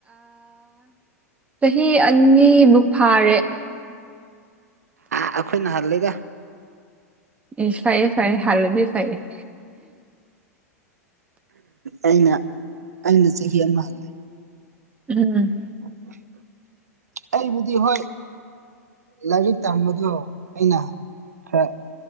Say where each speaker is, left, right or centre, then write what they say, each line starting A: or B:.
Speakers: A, on the right; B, on the right.
A: ꯆꯍꯤ ꯑꯅꯤꯃꯨꯛ ꯐꯥꯔꯦ
B: ꯑꯩꯈꯣꯏꯅ ꯍꯥꯟ ꯂꯦꯗ
A: ꯏꯁ ꯐꯥꯏꯌꯦ ꯐꯥꯏꯌꯦ ꯍꯜꯂꯗꯤ ꯐꯥꯏꯌꯦ
B: ꯑꯩꯅ ꯑꯩꯅ ꯆꯍꯤ ꯑꯃ ꯍꯜꯂꯦ
A: ꯎꯝ
B: <inaudible> ꯑꯩꯕꯨꯗꯤ ꯍꯣꯏ ꯂꯥꯏꯔꯤꯛ ꯇꯝꯕꯗꯣ ꯑꯩꯅ ꯈꯔ